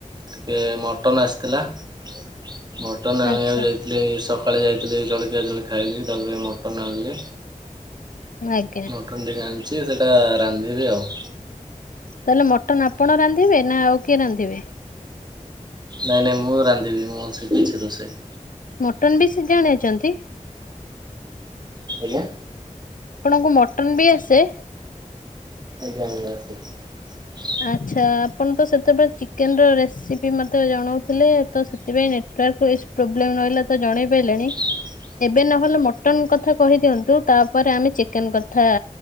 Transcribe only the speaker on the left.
ଆଚ୍ଛା
ଆଜ୍ଞା।
ତାହେଲେ ମଟନ ଆପଣ ରାନ୍ଧିବେ ନା ଆଉ କିଏ ରାନ୍ଧିବେ।
ମଟନ ବି ସେ ଜାଣିଛନ୍ତି।
ଆପଣଙ୍କୁ ମଟନ ବି ଆସେ।
ଆଚ୍ଛା ଆପଣ ତ ସେତେବେଳେ ଚିକେନର ରେସିପି ମତେ ଜଣଉଥିଲେ ତ ସେଥିପାଇଁ ନେଟ୍ ନେଟୱର୍କ ପ୍ରୋବ୍ଲେମ ରହିଲା ତ ଜଣେଇ ପାରିଲେଣି।
ଏବେ ନହେଲେ ମ ମଟନ କଥା କହିଦିଅନ୍ତୁ, ତାପରେ ଆମେ ଚିକେନ କଥା